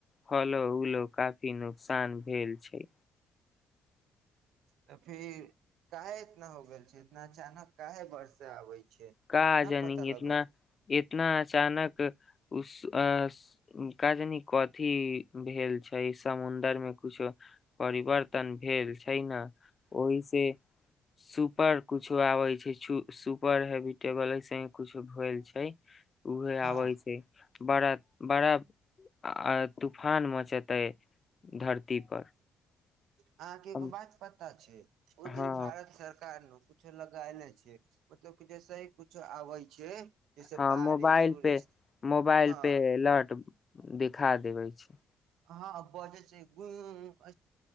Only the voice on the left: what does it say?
फलो उलो काफी नुकसान भेल छै
का
जानी
इतना
इतना अचानक उस अ का जानी कथि अथी भेल छै समुंदर मे कुछो परिवर्तन भेल छै ने ओहि से सुपर कुछो आबै छै सुपर हेवि टेबल से कुछु भेल छै उहे
आबै छै बड़ा बड़ा आ तूफान मचेतै धरती पर
हम
हँ
हँ
मोबाइल
पे मोबाइल
पे अलर्ट देख खा देबै छै